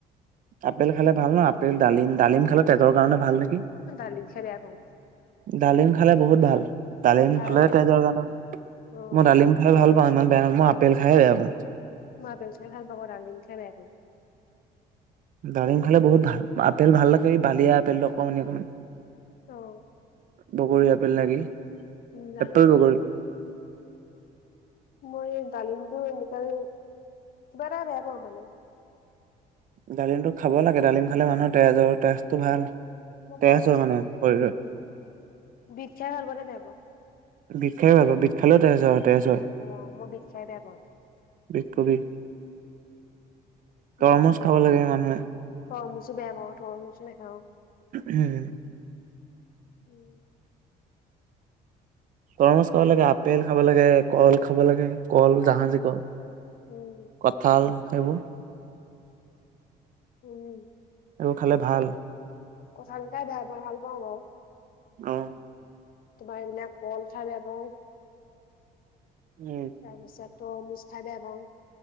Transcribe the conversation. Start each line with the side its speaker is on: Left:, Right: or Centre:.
Right: আপেল খালে ভাল ন আপেল ডালিম ডালিম খালে তেজৰ কাৰণে ভাল নেকি
Left: ডালিং খাাই দিয়া কওঁ
Right: ডালিম খালে বহুত ভাল ডালিম
Left: ভাল
Right: হলে তেজৰ গানৰ
Left: অ
Right: মই ডালিম স ভাল পাওঁ ইমান বেয়া মই আপেল খাইে বেয়া পওঁ
Left: মই বেল খাই ভাল পাব ৰাংলিন খাই বেৌ
Right: ডালিম খালে বহুত ভাল আপেল ভাল লাগে বালিয়া আপেলটো অকণমানি অকণমান
Left: অ
Right: বগৰী আপেল নে কিি
Left: উম, জানো
Right: এপেল বগৰী
Left: মই ডালিমটো এনেকাল কিবা এটা বেয়া পাওঁ মানে
Right: ডালিমটো খাব লাগে ডালিম খালে মানুহৰ তেজৰ তেজটো ভাল
Left: মই
Right: তেজ
Left: ভাল বস্ত
Right: হয় মানে
Left: কি ন
Right: শৰীৰত
Left: উ বিখ্যা হব নে বোব
Right: বিখ্যাই ভাল প বিখ্যালৈ তেজজ তেজ হয়
Left: অ', মই বিট খাই বেয়া পাওঁ,
Right: ব কবি তৰমুজ
Left: মোৰ বিশ তৰমুচো
Right: খাব লাগে মানুহে
Left: বেয়া পাও তৰমুচো নাখাও
Right: উম
Left: উম
Right: তৰমছ খাব লাগে আপেল খাব লাগে কল খাব লাগে কল জাহাজী
Left: উম,
Right: কল
Left: উম,
Right: কঁঠাল সেইবোৰ
Left: উম
Right: এইবোৰ খালে ভাল।
Left: কথালকাই বেয়া পা ভাল পাওঁ বাৰু।
Right: অ।
Left: তোমাৰ এইবিলাক কল খাই বেয়া পাওঁ।
Right: উম।
Left: তাৰপিছত তৰমোজ খাই বেয়া পাওঁ।